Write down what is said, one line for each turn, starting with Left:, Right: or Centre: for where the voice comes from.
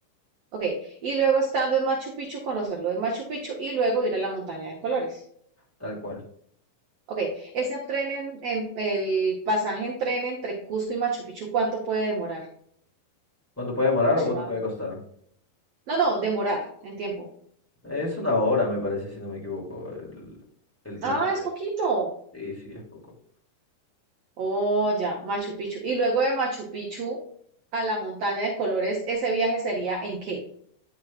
Right: Ok. Y luego estando en Machu Picchu, conocer lo de Machu Picchu y luego ir a la montaña de colores.
Centre: tal cual.
Right: Ok, ese tren en, en- el pasaje en tren entre Cusco y Machu Picchu, ¿cuánto puede demorar?
Centre: ¿Cuánto puede demorar
Right: Aproximado.
Centre: o cuánto puede costar?
Right: No, no, demorar en tiempo.
Centre: Es una hora, me parece, si no me equivoco, el, el tiempo
Right: Ah,
Centre: que
Right: es
Centre: ves.
Right: poquito.
Centre: Sí, sí, es poco.
Right: Oh, ya, Machu Picchu. Y luego de Machu Picchu a la montaña de colores, ¿ese viaje sería en qué?